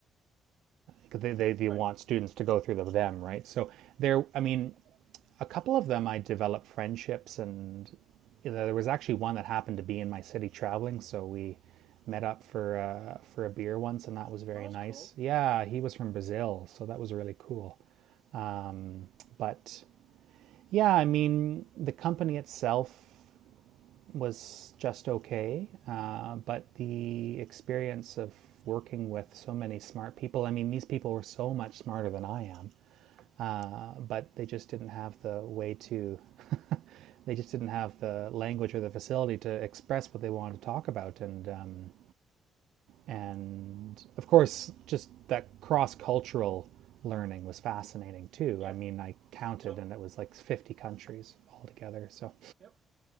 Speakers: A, on the right; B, on the right.
A: Cause they, they, they
B: Right.
A: want students to go through the, them, right? So there, I mean, a couple of them I developed friendships, and you know, there was actually one that happened to be in my city traveling, so we met up for uh, for a beer once, and that was very
B: Oh, that's
A: nice.
B: cool.
A: Yeah, he was from Brazil, so that was really cool. Um, but Yeah, I mean, the company itself was just okay, uh, but the experience of working with so many smart people, I mean, these people were so much smarter than I am, uh, but they just didn't have the way to, <laughs> they just didn't have the language or the facility to express what they wanted to talk about. And, um, and of course, just that cross cultural learning was fascinating too.
B: Yeah.
A: I mean, I counted
B: So,
A: and it was like 50 countries altogether. So
B: yep.